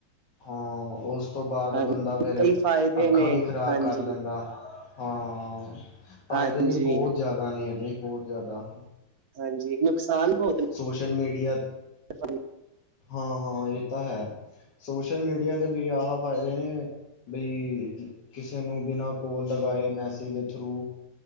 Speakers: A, on the left; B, on the right.
A: ਹਾਂ ਉਸ ਤੋਂ ਬਾਅਦ,
B: ਹਾਂਜੀ
A: ਬੰਦਾ ਫਿਰ
B: ਕਈ ਫਾਇਦੇ
A: ਅੱਖਾਂ
B: ਨੇ
A: ਵੀ ਖ਼ਰਾਬ
B: ਹਾਂਜੀ
A: ਕਰ ਲੈਂਦਾ। ਹਾਂ ਫਾਇਦੇ
B: ਹਾਂਜੀ
A: ਵੀ ਬਹੁਤ ਜ਼ਿਆਦਾ ਨੇ ਇਹਦੇ, ਬਹੁਤ ਜ਼ਿਆਦਾ।
B: ਹਾਂਜੀ, ਨੁਕਸਾਨ ਬਹੁਤ ਨੇ।
A: ਸੋਸ਼ਲ ਮੀਡੀਆ
B: <unintelligible>
A: ਹਾਂ ਹਾਂ ਇਹ ਤਾਂ ਹੈ, ਸੋਸ਼ਲ ਮੀਡੀਆ ਦੇ ਵੀ ਆਹ ਫਾਇਦੇ ਨੇ। ਬਈ ਕਿਸੇ ਨੂੰ ਬਿਨਾਂ ਕੋਲ ਲਗਾਏ, ਮੈਸੇਜ ਦੇ ਥਰੂ